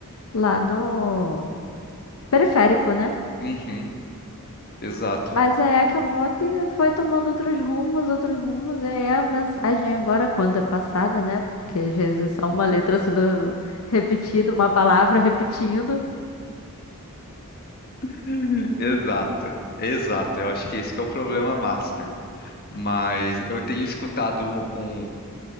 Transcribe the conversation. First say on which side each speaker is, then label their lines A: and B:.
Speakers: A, on the left (about 75°); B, on the left (about 45°).
A: lá do periférico, né?
B: Uhum, exato.
A: Mas aí acabou que foi tomando outros rumos, outros rumos, e aí a mensagem agora, quando é passada, né? Porque às vezes é só uma letra sendo repetida, uma palavra repetindo.
B: <laughs> Exato. Exato. Eu acho que esse que é o problema master. Mas eu tenho escutado um, um,